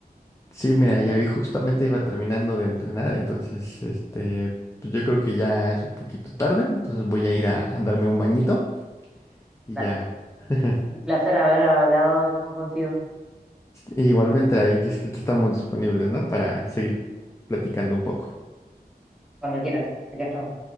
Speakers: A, on the left; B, in the centre.
A: Sí, mira,
B: Es
A: y
B: un-
A: ahí justamente iba terminando de entrenar, entonces, este, pues yo creo que ya es un poquito tarde, entonces voy a ir a, a darme un bañito y
B: dale,
A: ya.
B: Luis, un,
A: <laughs>
B: un placer haber hablado de nuevo contigo.
A: Igualmente, ahí es que aquí estamos disponibles, ¿no? Para seguir platicando un poco.
B: Cuando quieras, acá estamos.